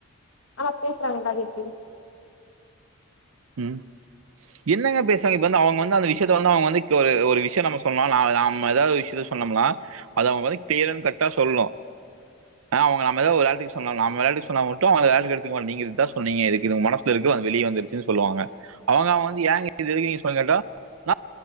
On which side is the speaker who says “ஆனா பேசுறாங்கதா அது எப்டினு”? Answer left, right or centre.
Left